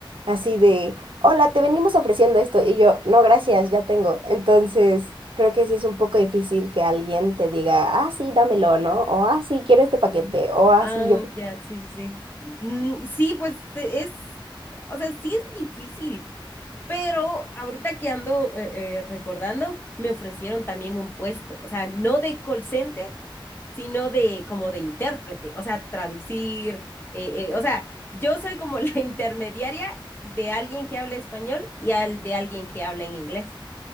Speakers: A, on the right; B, on the left.
A: así de, hola, te venimos ofreciendo esto. Y yo, no, gracias, ya tengo. Entonces, creo que sí es un poco difícil que alguien te diga, ah, sí, dámelo, ¿no? O, ah, sí, quiero este paquete. O, ah,
B: Ah,
A: sí, yo.
B: ya, sí, sí, sí. Mm, sí, pues e- es, o sea, sí es difícil, pero ahorita que ando eh, eh, recordando, me ofrecieron también un puesto, o sea, no de call center, sino de como de intérprete, o sea, traducir, eh, eh, o sea, yo soy como la <laughs> intermediaria de alguien que habla español y al de alguien que habla en inglés,